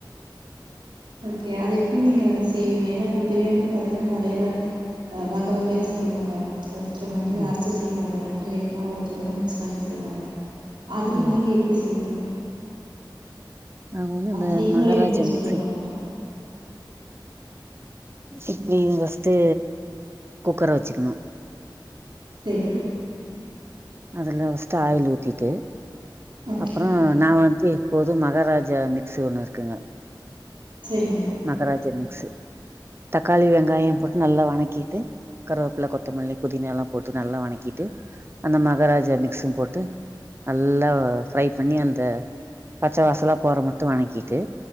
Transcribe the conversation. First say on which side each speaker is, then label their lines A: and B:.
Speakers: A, on the right; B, on the right.
A: ஓகே அது எப்டி நீங்க செய்வீங்க ஏனா இப்ப பிரியாணில பாத்தீங்கனா நெறய ஆ வக வகையா செய்வாங்க சிலர் வந்து
B: ம்
A: அரச்சு செய்வாங்க இல்ல இன்னோர்த்தரு வந்து மிக்ஸ் பண்ணி செய்வாங்க அதுல
B: ம்
A: நீங்க எப்டி செய்வீங்க
B: நாங்க வந்து
A: அந்த
B: இந்த
A: செய்மொறைய
B: மகாராஜா
A: மட்டு சொல்றீங்ளா
B: மிக்ஸி
A: கொஞ்சோ
B: இப்டி ஃபஸ்ட்டு குக்கர வச்சுக்கணு
A: செரி
B: அதுல பஸ்ட்டு ஆயில் ஊத்திட்டு
A: ஓகே
B: அப்பறோ நா வந்து இப்போது மகாராஜா மிக்ஸி ஒன்னு இருக்குங்க
A: சேரிங்க
B: மகாராஜ மிக்ஸு தக்காளி வெங்காய போட்டு நல்லா வணக்கிட்டு கருவேப்பில கொத்தமல்லி புதின எல்லா போட்டு நல்லா வணக்கிட்டு அந்த மகாராஜ மிக்ஸு போட்டு நல்லா ஃப்ரை பண்ணி அந்த பச்ச வாசலா போற மட்டு வணக்கிட்டு